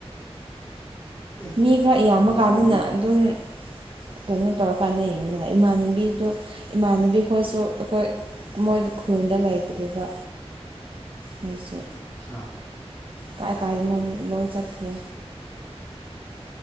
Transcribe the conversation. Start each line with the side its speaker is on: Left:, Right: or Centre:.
Left: ꯑꯦ
Right: ꯃꯤ ꯈꯔ ꯌꯥꯝꯃꯀꯥꯟꯗꯅ
Left: ꯅꯃꯥꯟꯅꯕꯤ
Right: ꯑꯗꯨꯝ ꯀꯩꯅꯣ ꯇꯧꯔꯀꯥꯟꯗ ꯌꯦꯡꯕ ꯅꯨꯡꯉꯥꯏ ꯏꯃꯥꯟꯅꯕꯤꯗꯨ ꯏꯃꯥꯟꯅꯕꯤ ꯈꯣꯏꯁꯨ ꯑꯩꯈꯣꯏ ꯃꯣꯏ ꯈꯨꯜꯗ ꯂꯩꯇ꯭ꯔꯦꯕ ꯃꯣꯏꯁꯨ꯫
Left: ꯑꯠꯁꯥ
Right: ꯀꯥꯏ ꯀꯥꯏꯗꯅꯣꯝ ꯂꯣꯏ ꯆꯠꯈ꯭ꯔꯦ꯫